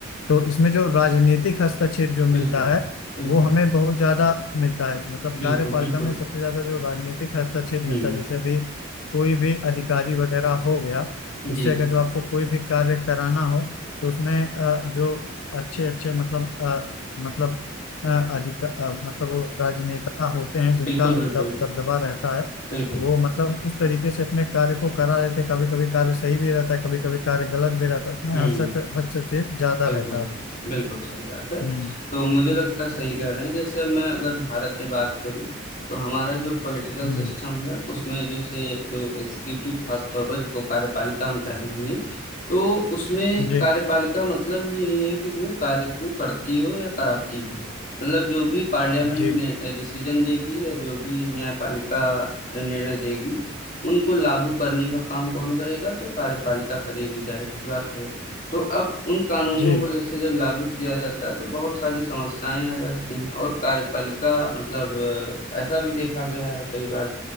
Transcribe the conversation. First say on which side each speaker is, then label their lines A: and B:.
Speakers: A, on the left; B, on the left.
A: तो इसमें जो राजनीतिक हस्तक्षेप जो मिलता
B: बिल्कुल
A: है
B: बिल्कुल
A: वो हमें बहुत ज्यादा मिलता है मतलब
B: बिल्कुल
A: कार्यपालिका
B: बिल्कुल
A: में सबसे ज्यादा जो राजनीतिक हस्तक्षेप
B: हम्म
A: मिलता है जैसे अभी कोई भी अधिकारी वगैरह हो गया
B: जी
A: उससे अगर
B: जी
A: जो आपको कोई भी कार्य कराना हो तो उसमें अ, जो अच्छे अच्छे मतलब अ, मतलब अधिक मतलब वो राजनेता होते हैं जिनका
B: बिल्कुल बिल्कुल
A: दब दबदबा रहता है
B: बिल्कुल
A: वो मतलब उस तरीके से अपने कार्य को करा लेते हैं। कभी कभी कार्य सही भी रहता है कभी कभी कार्य गलत भी रहता है उसमें
B: हम्म
A: हद से हद से ज्यादा
B: बिल्कुल,
A: रहता है
B: बिल्कुल सही बात है।
A: हम्म
B: तो मुझे लगता है सही कह रहे हैं जैसे मैं अगर भारत में बात करूँ तो हमारा जो पॉलिटिकल
A: हम्म,
B: सिस्टम है उसमें जैसे जो एग्जीक्यूटिव खास तौर पर जिसको कार्यपालिका हम कह रहे हैं तो उसमें
A: जी
B: कार्यपालिका मतलब ये है कि जो कार्य को करती हो या कराती हो मतलब जो भी पार्लियामेंट
A: जी
B: ने डिसीजन देगी या जो भी न्यायपालिका निर्णय देगी उनको लागू करने का काम कौन करेगा तो कार्यपालिका करेगी जाहिर सी बात है तो अब उन कानूनों
A: जी
B: को जैसे जब लागू किया जाता है तो बहुत सारी समस्याएं आ जाती हैं और कार्यपालिका मतलब अ, ऐसा भी देखा गया है कई बार